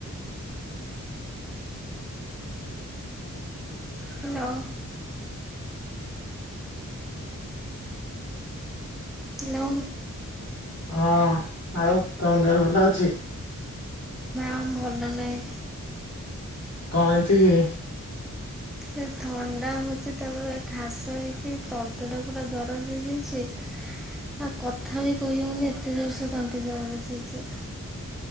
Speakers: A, in the centre; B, on the left (about 55°).
A: ହ୍ୟାଲୋ ହ୍ୟାଲୋ
B: ହଁ ଆଉ ତମ ଦେହ ଭଲ ଅଛି?
A: ନା ଭଲ ନାହିଁ।
B: କଣ ହେଇଛି କି?
A: ଏ ଥଣ୍ଡା ହଉଛି ତାପରେ ଖାସ ହେଇକି ତଣ୍ଟି ଟା ପୁରା ଦରଜ ହେଇଯାଇଛି ଆଉ କଥା ବି କହିହଉନି ଏତେ ଜୋର ସେ ତଣ୍ଟି ଦରଜ ହେଇଛି।